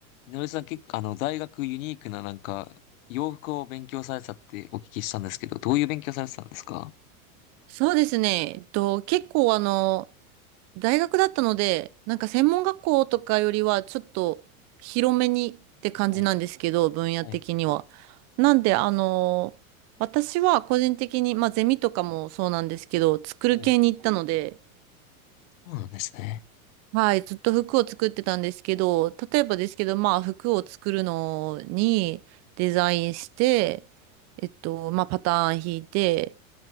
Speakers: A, on the left; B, on the right.
A: みのりさん結構、あの、大学ユニークななんか、洋服を勉強されてたってお聞きしたんですけど、どういう勉強されてたんですか
B: そうですね。えっと、結構あの、大学だったので、なんか専門学校とかよりはちょっと広めにって感じなんですけど、
A: はい、
B: 分野的には。
A: はい、
B: なんで、あの、私は個人的に、まあゼミとかもそうなんですけど、作る系に行ったので、
A: はい。そうなんですね。
B: はい、ずっと服を作ってたんですけど、例えばですけど、まあ服を作るのにデザインして、えっと、まあパターン引いて、